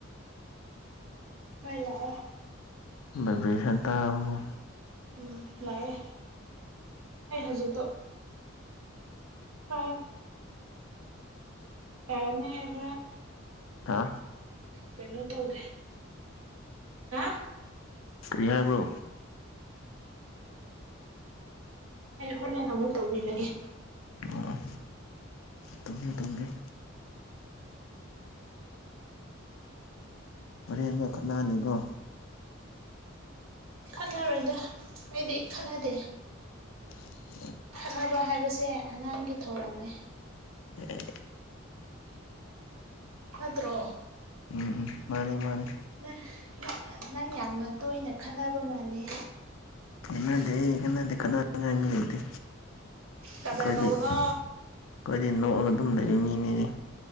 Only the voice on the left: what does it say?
ꯚꯥꯏꯕ꯭ꯔꯦꯁꯟ ꯇꯥꯔꯕ꯭ꯔꯣ
ꯊꯥ
ꯀꯔꯤ ꯍꯥꯏꯕ꯭ꯔꯣ
ꯑꯣ ꯇꯨꯝꯕꯤꯌꯨ ꯇꯨꯝꯕꯤꯌꯨ ꯍꯣꯔꯦꯟꯅꯣ ꯈꯠꯅꯅꯤꯀꯣ
<unintelligible>
ꯑꯦ
ꯎꯝ ꯎꯝ ꯃꯥꯅꯦ ꯃꯥꯅꯦ
ꯈꯠꯅꯗꯦ ꯈꯠꯅꯗꯦ ꯈꯠꯅꯅꯤꯉꯥꯏ ꯃꯤ ꯂꯩꯇꯦ
ꯑꯩꯈꯣꯏꯗꯤ
ꯑꯩꯈꯣꯏꯗꯤ ꯅꯣꯛꯑꯒ ꯑꯗꯨꯝ ꯂꯩꯕ ꯃꯤꯅꯦ